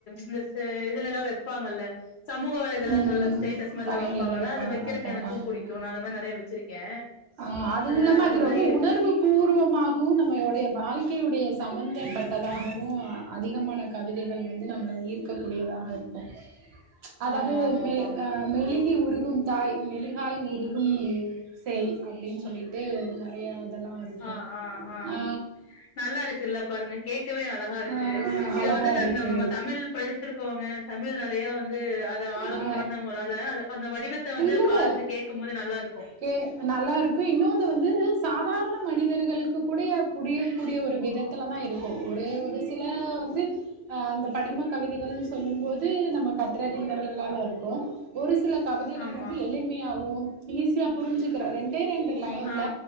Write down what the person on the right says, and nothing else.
ம்
படங்கள்
எதாவது
பா
பாப்பாங்க
ஆ அதுவு
இல்லாம
ரொம்ப உணர்வு பூர்வமாகவு நம்மளுடைய வாழ்க் கையுடைய சம்பந்தப்பட்டதாகவு அதிகமான கவிதைகள் வந் து நம்மள ஈர்க்கக் கூடியதாக இருக்கு அதாது
மெ அ மெழுகி உருக் கும் மெழுகாய் உருகும் சேய் அப்டின் சொல்லிட்டு நெறைய இதெல்லா இருக்கு
ஆ
ஆ
அழகா
இருக்கு
ஆ
இல்ல இல்ல
கே நல்லாருக்கு இன்னொன்னு வந்து சாதாரண மனிதர்களுக்குக் கூடய புரியக்கூடிய ஒரு விதத்துல தா இருக்கு ஒரே ஒரு சில வந்து அ அந்தப் படிமக் கவிதைகள்ன் சொல்லும்போது நமக்க <unintelligible> ருக்கு ஒரு சிலக் கவிதைகள்
வந்து எளிமியாவு ஈஸியா புரிஞ்சிக்கறா ரெண்டே ரெண்டு லைன்ல